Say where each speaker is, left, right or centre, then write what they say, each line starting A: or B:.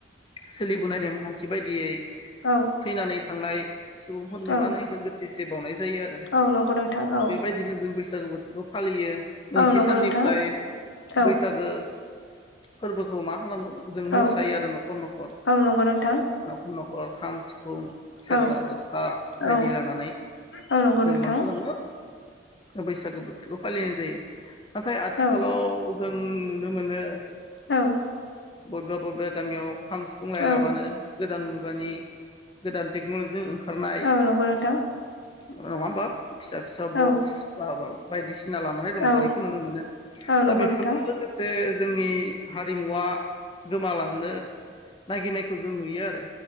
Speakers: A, on the left; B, on the left.
A: सोलिबोनाय नेमखान्थि बायदियै। थैनानै
B: औ
A: थांनाय सुबुंफोरनो
B: औ
A: मा होनो इखौ गोथैसि बावनाय जायो आरो।
B: औ नंगौ नोंथां औ
A: बेबायदिनो जों बैसागो बोथोरखौ फालियो नैथि
B: औ नंगौ
A: साननिफ्राय।
B: नोंथां औ
A: बैसागो फोरबोखौ मा खालामो। जों मोसायो
B: औ
A: आरो न'खर न'खर
B: औ नंगौ नोंथां
A: न'खर न'खर खाम, सिफुं फुं सेरजा
B: औ
A: जथा बायदि
B: औ
A: लानानै।
B: औ नंगौ
A: जों
B: नोंथां।
A: मा खालामो बैसागो बोथोरखौ फालिनाय जायो नाथाय आथिखालाव
B: औ
A: जों नुनो मोनो
B: औ
A: बबबा बबबा गामियाव। खाम, सिफुं लाया
B: औ
A: लाबानो गोदान मुगानि गोदान टेक्न'लजिजों। ओंखारनाय
B: औ नंगौ नोंथां।
A: नङा होमबा? फिसा फिसा बक्स
B: औ
A: बा बायदिसिना लानानै रंजानायखौ
B: औ
A: नुनो मोनो
B: औ नंगौ
A: दा बेफोरजो।
B: नोंथां
A: इसे जोंनि हारिमुवा गोमालांनो नागिरनायखौ जों नुयो आरो।